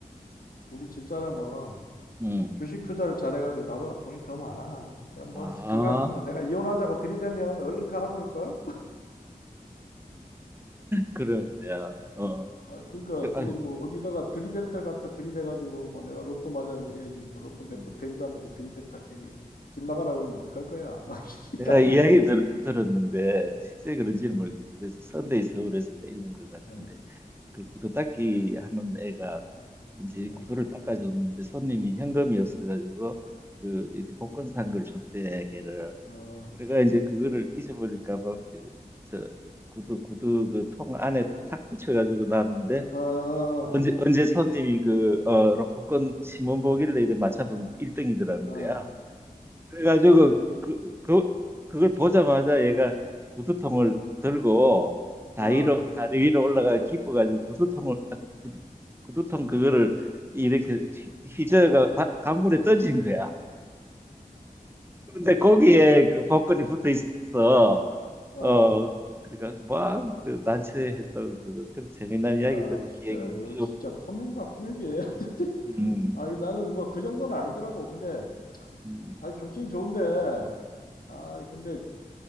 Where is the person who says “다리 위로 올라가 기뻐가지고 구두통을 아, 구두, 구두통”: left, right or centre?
Right